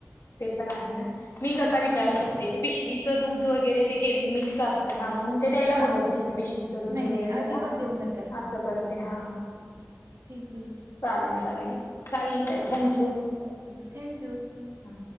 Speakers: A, on the left; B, on the right.
A: ते पण आहे ना, मी कसा विचार
B: हा
A: करते? पिशवीचं दूध वगैरे ते के मिक्स असतय. ना म्हणून ते द्यायला
B: हा
A: बघत नाही, मी पिशवीच दूध
B: नाही
A: वगैरे
B: नाही
A: त्याला
B: अजिबात देऊ नका
A: आस करते. हा.
B: ठीक आहे.
A: चालेल चालेल चालेल ताई thank you.
B: Okay thank you.
A: हा.